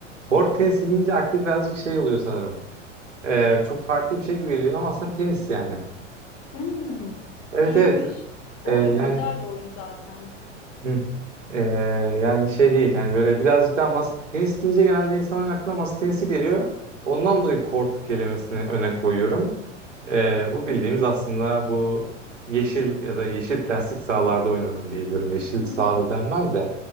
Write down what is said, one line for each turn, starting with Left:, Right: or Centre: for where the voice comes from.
Right: board tenisi deyince aklı birazcık şey oluyor sanırım. E, çok farklı bir şey gibi geliyor ama aslında tenis yani.
Left: Hmm,
Right: Evet
Left: iyiymiş.
Right: evet
Left: O
Right: E, yani
Left: oyun güzel bir oyun zaten.
Right: hı. E, yani şey değil hani böyle birazcık daha masa tenis deyince genelde insanların aklına masa tenisi geliyor. Ondan dolayı kort kelimesini öne koyuyorum. E, bu bildiğimiz aslında bu yeşil ya da yeşil plastik sahalarda oynanan diyebilirim. Yeşil
Left: Hmm.
Right: sahada denmez de.